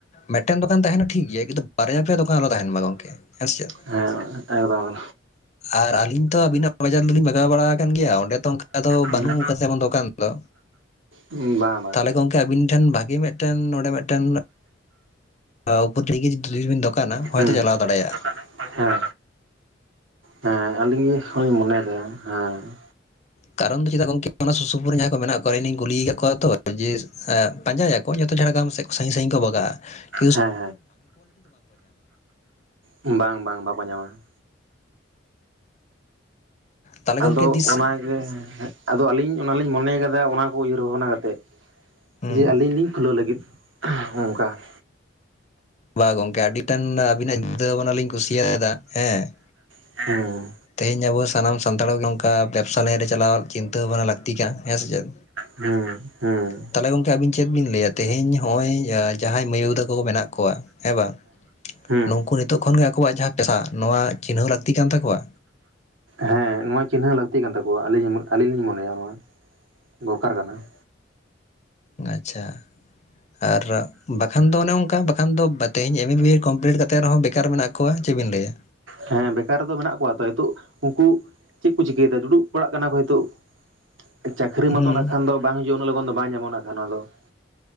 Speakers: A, on the left; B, on the right.
A: ᱢᱮᱴ ᱴᱮᱱ ᱫᱚᱠᱟᱱ ᱛᱟᱦᱮᱱᱟ ᱴᱷᱤᱠ ᱜᱮᱭᱟ, ᱠᱤᱱᱛᱩ ᱵᱟᱨᱭᱟ ᱯᱮᱭᱟ ᱫᱚᱠᱟᱱ ᱟᱞᱚ ᱛᱟᱦᱮᱱ ᱢᱟ ᱜᱚᱝᱠᱮ ᱦᱮᱸᱥᱮ ᱪᱮᱫ?
B: ᱦᱮᱸ, ᱮᱠᱫᱚᱢ ᱾
A: ᱟᱨ ᱟᱹᱞᱤᱧ ᱛᱚ ᱟᱵᱤᱱᱟᱜ ᱵᱟᱡᱟᱨ ᱫᱩᱞᱤᱧ ᱵᱟᱜᱟᱣ ᱵᱟᱲᱟ ᱟᱠᱟᱱ ᱜᱮᱭᱟ, ᱚᱸᱰᱮ ᱛᱚ ᱚᱱᱠᱟ ᱟᱫᱚ
B: ᱦᱩᱸ
A: ᱵᱟᱹᱱᱩᱜ ᱠᱟᱥᱮᱵᱚᱱ ᱫᱚᱠᱟᱱ ᱫᱚ,
B: ᱵᱟᱝ ᱵᱟᱝ
A: ᱛᱟᱦᱚᱞᱮ ᱜᱚᱝᱠᱮ ᱟᱵᱤᱱ ᱴᱷᱮᱱ ᱵᱷᱟᱜᱮ ᱢᱮᱫᱴᱮᱱ ᱱᱚᱰᱮ ᱢᱤᱫᱴᱮᱱ ᱟ ᱩᱯᱚᱨ ᱨᱮᱜᱮ ᱡᱩᱫᱤ ᱵᱤᱱ ᱫᱚᱠᱟᱱᱟ
B: ᱦᱩᱸ
A: ᱦᱚᱭᱛᱚ ᱪᱟᱞᱟᱣ ᱫᱟᱲᱮᱭᱟᱜᱼᱟ!
B: ᱦᱮᱸ ᱦᱮᱸ, ᱟᱞᱤᱧ ᱜᱮᱠᱷᱚ ᱤᱧ ᱢᱚᱱᱮᱭᱮᱫᱟ, ᱦᱮᱸ ᱾
A: ᱠᱟᱨᱚᱱ ᱫᱚ ᱪᱮᱫᱟᱜ ᱜᱚᱝᱠᱮ ᱚᱱᱟ ᱥᱩᱨ ᱥᱩᱯᱩᱨ ᱨᱮᱱ ᱡᱟᱦᱟᱸᱭ ᱠᱚ ᱢᱮᱱᱟᱜ ᱠᱚᱣᱟ ᱟᱞᱤᱧ ᱞᱤᱧ ᱠᱩᱞᱤᱭᱟ ᱠᱟᱫ ᱠᱚᱣᱟ ᱛᱚ ᱡᱮ ᱮᱸ ᱯᱟᱸᱡᱟᱭᱟᱠᱚ ᱡᱚᱛᱚ ᱡᱷᱟᱲᱜᱨᱟᱢ ᱥᱮᱫ ᱥᱟᱺᱜᱤᱧ ᱥᱟᱺᱜᱤᱧ ᱠᱚ ᱵᱟᱜᱟᱜᱼᱟ ᱾
B: ᱦᱮᱸ ᱦᱮᱸ <inaudible> ᱵᱟᱝ ᱵᱟᱝ ᱵᱟᱠᱚ ᱧᱟᱢᱟ ᱾
A: ᱛᱟᱦᱚᱞᱮ ᱜᱚᱝᱠᱮ
B: ᱟᱫᱚ
A: ᱛᱤᱥ
B: ᱚᱱᱟᱜᱮ ᱟᱫᱚ ᱟᱹᱞᱤᱧ ᱚᱱᱟᱞᱤᱧ ᱢᱚᱱᱮ ᱠᱟᱫᱟ ᱚᱱᱟ ᱠᱚ ᱩᱭᱦᱟᱹᱨ ᱵᱷᱟᱵᱽᱱᱟ ᱠᱟᱛᱮᱫ ᱾
A: ᱦᱩᱸ
B: ᱡᱮ ᱟᱹᱞᱤᱧ ᱞᱤᱧ ᱠᱷᱩᱞᱟᱹᱣ ᱞᱟᱹᱜᱤᱫ ᱦᱚᱸ ᱚᱝᱠᱟ ᱾
A: ᱵᱟᱝ ᱜᱚᱝᱠᱮ ᱟᱹᱰᱤᱴᱟᱱ ᱟᱵᱤᱱᱟᱜ ᱡᱩᱫᱟᱹ ᱵᱷᱟᱵᱽᱱᱟ ᱞᱤᱧ ᱠᱩᱥᱤᱭᱟᱫᱟ ᱦᱮᱸ ᱾
B: ᱦᱮᱸ ᱾
A: ᱛᱮᱦᱮᱧ ᱟᱵᱚ ᱥᱟᱱᱟᱢ ᱥᱟᱱᱛᱟᱲ ᱠᱚ ᱜᱮ ᱱᱚᱝᱠᱟ ᱵᱮᱵᱽᱥᱟ ᱞᱟᱹᱭᱤᱱ ᱨᱮ ᱪᱟᱞᱟᱣ ᱪᱤᱱᱛᱟᱹ ᱵᱷᱟᱵᱽᱱᱟ ᱞᱟᱹᱠᱛᱤ ᱠᱟᱱᱟ, ᱦᱮᱸ ᱥᱮ ᱪᱮᱫ?
B: ᱦᱩᱸ ᱦᱩᱸ ᱾
A: ᱛᱟᱦᱚᱞᱮ ᱜᱚᱢᱠᱮ ᱟᱹᱵᱤᱱ ᱪᱮᱫ ᱵᱤᱱ ᱞᱟᱹᱭᱟ ᱛᱮᱦᱮᱧ ᱦᱚᱜᱼᱚᱭ ᱡᱟᱦᱟᱸᱭ ᱢᱟᱹᱭ ᱵᱟᱹᱩ ᱛᱟᱠᱚᱠᱚ ᱢᱮᱱᱟᱜ ᱠᱚᱣᱟ, ᱦᱮᱸ ᱵᱟᱝ ᱾
B: ᱦᱩᱸ
A: ᱱᱩᱝᱠᱩ ᱱᱤᱛᱚᱜ ᱠᱷᱚᱱᱜᱮ ᱟᱠᱚᱣᱟᱜ ᱡᱟᱦᱟᱸ ᱯᱮᱥᱟ ᱱᱚᱶᱟ ᱪᱤᱱᱦᱟᱹᱣ ᱞᱟᱹᱠᱛᱤ ᱠᱟᱱ ᱛᱟᱠᱚᱣᱟ?
B: ᱦᱮᱸ, ᱱᱚᱣᱟ ᱪᱤᱱᱦᱟᱹᱣ ᱞᱟᱹᱠᱛᱤ ᱠᱟᱱ ᱛᱟᱠᱚᱣᱟ ᱟᱹᱞᱤ ᱟᱹᱞᱤᱧ ᱞᱤᱧ ᱢᱚᱱᱮᱭᱟ ᱱᱚᱣᱟ ᱫᱚᱨᱠᱟᱨ ᱠᱟᱱᱟ ᱾
A: ᱟᱪᱪᱷᱟ ᱾ ᱟᱨ ᱵᱟᱠᱷᱟᱱ ᱫᱚ ᱚᱱᱮ ᱚᱝᱠᱟ ᱵᱟᱠᱷᱟᱱ ᱫᱚ ᱛᱮᱦᱤᱧ ᱮᱢ ᱮ ᱵᱤᱭᱮ ᱠᱚᱢᱯᱞᱤᱴ ᱠᱟᱛᱮᱜ ᱨᱮᱦᱚᱸ ᱵᱮᱠᱟᱨ ᱢᱮᱱᱟᱜ ᱠᱚᱣᱟ ᱪᱮᱜᱵᱤᱱ ᱞᱟᱹᱭᱟ?
B: ᱦᱮᱸ, ᱵᱮᱠᱟᱨ ᱫᱚ ᱢᱮᱱᱟᱜ ᱠᱚᱣᱟ ᱛᱚ ᱱᱤᱛᱚᱜ ᱩᱝᱠᱩ ᱪᱮᱫ ᱠᱚ ᱪᱤᱠᱟᱹᱭᱮᱫᱟ ᱫᱩᱲᱩᱵ ᱵᱟᱲᱟᱜ ᱠᱟᱱᱟ ᱠᱚ ᱦᱤᱛᱚᱜ ᱾ ᱪᱟᱹᱠᱷᱨᱤ
A: ᱦᱩᱸ
B: ᱢᱟᱛᱚ ᱱᱟᱜ ᱠᱷᱟᱱ ᱫᱚ ᱵᱟᱝ ᱦᱤᱡᱩᱜᱼᱟ ᱩᱱᱟᱹᱜ ᱞᱚᱜᱚᱱ ᱫᱚ ᱵᱟᱝ ᱧᱟᱢᱚᱜᱼᱟ ᱠᱷᱟᱱ ᱚᱱᱟ ᱫᱚ ᱾